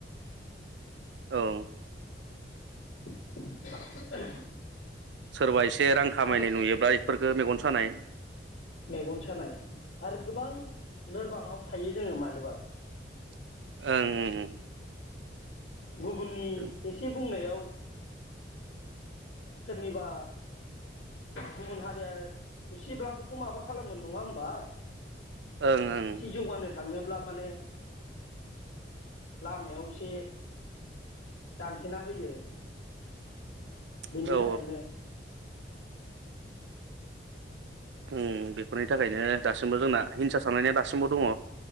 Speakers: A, on the right (about 75°); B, on the left (about 90°).
A: औ
B: <unintelligible>
A: सोरबा एसे रां खामायनाय
B: आरो
A: नुयोब्ला बेफोरखौ मेगन सानाय
B: मेगन सानाय आरो गोबां लोरबाङाव थायो जोङो मानोबा
A: ओं
B: गुबुननि
A: ओं
B: एसे बुंनायाव सोरनिबा गुबुन हारिया एसेब्लाबोथ' माबा खालामगोन नङा होमबा
A: ओं ओं
B: एसे जौगानो थाङोब्ला माने लामायाव एसे दानथेना होयो बेनि
A: औ औ
B: थाखायनो
A: उम बेफोरनि थाखायनो दासिमबो जोंना हिंसा सानलायनाया दासिमबो दङ